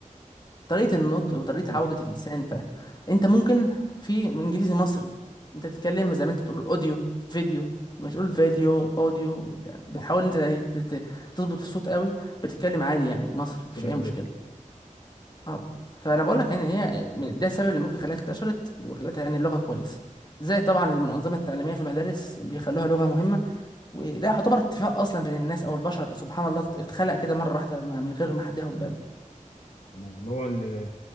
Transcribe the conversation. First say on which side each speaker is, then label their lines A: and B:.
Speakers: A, on the left; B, on the left.
A: طريقه النطق وطريقه
B: نطق
A: عوجه اللسان فانت ممكن في انجليزي مصري انت تتكلم زي ما انت تقول اوديو فيديو مش قول فيديو اوديو بتحاول
B: صح
A: انت ت- ت- تظبط الصوت قوي بتتكلم عادي يعني مصري مفيش
B: كل
A: اي
B: ده
A: مشكله
B: بيفرق
A: اه فانا بقول لك يعني هي من- ده السبب اللي ممكن خلاها انتشرت وخلتها يعني اللغه كويسه زي طبعا المنظمه التعليميه في المدارس بيخلوها لغه مهمه وده يعتبر اتفاق اصلا بين الناس او البشر سبحان الله اتخلق كده مره واحده مع- من غير ما حد ياخد باله
B: تمام اللي هو ال-